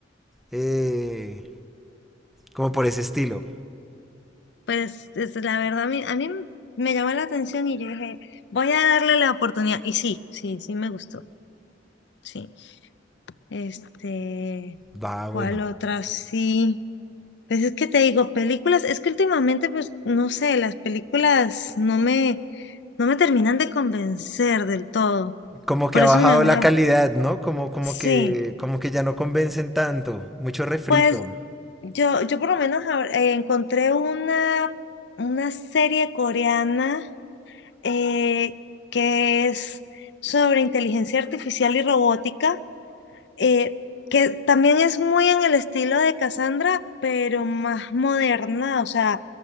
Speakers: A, in the centre; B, on the left.
A: eh, como por ese estilo.
B: Pues es- la verdad, a mí, a mí me llamó la atención y yo dije, voy a darle la oportunidad. Y sí, sí, sí me gustó. Sí. Este,
A: Va, bueno.
B: ¿cuál otra? Sí. Pues es que te digo, películas, es que últimamente, pues, no sé, las películas no me, no me terminan de convencer del todo.
A: Como
B: Por
A: que ha
B: eso
A: bajado
B: me voy.
A: la
B: a-
A: calidad, ¿no? Como, como
B: Sí.
A: que, como que ya no convencen tanto. Mucho refrito.
B: Pues yo, yo por lo menos ahora, eh, encontré una, una serie coreana eh, que es sobre inteligencia artificial y robótica, eh, que también es muy en el estilo de Cassandra, pero más moderna, o sea,